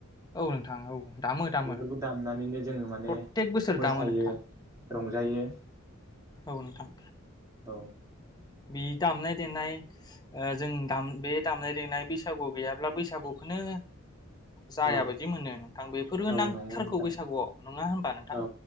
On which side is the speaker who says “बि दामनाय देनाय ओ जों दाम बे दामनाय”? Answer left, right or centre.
Left